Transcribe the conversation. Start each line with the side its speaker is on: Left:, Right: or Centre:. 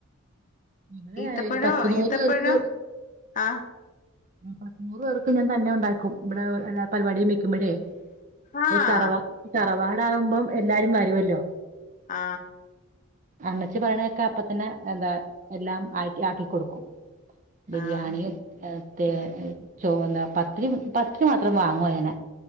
Right: ഇവിടെ
Left: ഈത്തപ്പഴോ
Right: പത്ത് നൂറ്
Left: ഈത്തപ്പഴ
Right: പേർക്ക്
Left: ആഹ്
Right: പത്ത് നൂർ പേർക്ക് ഞാൻ തന്നെ ഒണ്ടാക്കും. ഇവിടെ ഒ എല്ലാ പരിപാടിയും വക്കുമ്പഴേ
Left: ആഹ്
Right: തറവാ തറവാ ണ്ടാകുമ്പം എല്ലാരും വരുവല്ലോ
Left: ആ
Right: അമ്മച്ചി പറയണക്കെ അപ്പ തന്നെ എന്താ എല്ലാം ആക്കി ആക്കി കൊടുക്കും ബിരിയാണിയും
Left: ആഹ്
Right: ഏ <unintelligible>
Left: ഉം
Right: ചൊവന്ന പത്തിരി പത്തിരി മാത്രം വാങ്ങുവാ ചെയ്യണെ